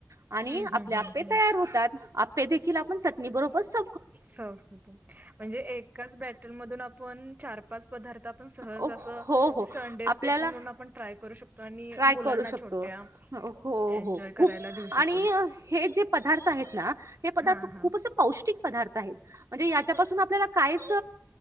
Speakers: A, on the right; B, on the right.
A: आणि
B: हं,
A: आपले
B: हं,
A: आपे
B: हं, हं.
A: तयार होतात आपे देखील आपण चटणी बरोबर स
B: स म्हणजे एकाच बॅटर मधून आपण चार पाच पदार्थ आपण सहज
A: हो
B: अस
A: हो
B: संडे स्पेशल
A: आपल्याला
B: म्हणून आपण ट्राय करू शकतो आणि
A: ट्राय
B: मुलांना
A: करू शकतो
B: छोट्या
A: हो
B: एन्जॉय
A: हो खूप
B: करायला देऊ शकतो
A: आणि हे जे पदार्थ आहेत हे पदार्
B: हा हा
A: खूपौष्टिक पदार्थ म्हणजे याच्यापासून आपल्याला कायच